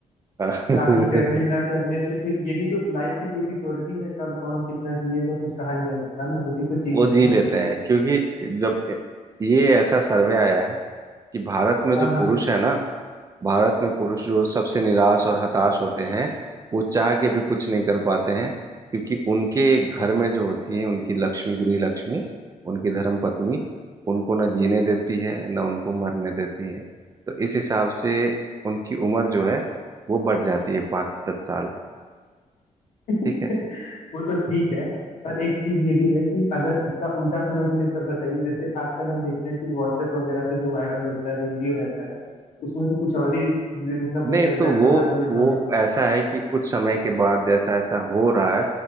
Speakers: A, on the right (about 25°); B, on the left (about 80°).
A: हाँ।
B: शादी करने
A: <laughs>
B: ना करने से फिर ये भी तो लाइफ की कोई सिक्योरिटी है कब कौन कितना जिएगा कुछ कहा नहीं जा सकता ना वो भी तो चीज
A: वो
B: है
A: जी
B: ना
A: लेते हैं क्योंकि जब ये ऐसा सर्वे आया है कि भारत में
B: हाँ
A: जो
B: हाँ
A: पुरुष है ना भारत में पुरुष जो सबसे निराश और हताश होते हैं वो चाह के भी कुछ नहीं कर पाते हैं क्योंकि उनके घर में जो होती है उनकी लक्ष्मी गृह लक्ष्मी उनकी धर्म पत्नी उनको न जीने देती है न उनको मरने देती है तो इस हिसाब से उनकी उम्र जो है वो बढ़ जाती है पाँच दस साल ठीक
B: <laughs>
A: है
B: वो तो ठीक
A: ठीक है
B: है पर एक चीज ये भी है कि अगर इसका उल्टा समझ में तब बताइए जैसे आजकल हम देखते हैं कि व्हाट्सएप वगैरह पे जो वायरल होता है वीडियो रहता है उसमें तो कुछ और ही मतलब वो
A: नहीं
B: चल रहा
A: तो
B: है समाज
A: वो
B: में हमारे
A: वो ऐसा है कि कुछ समय के बाद जैसा ऐसा हो रहा है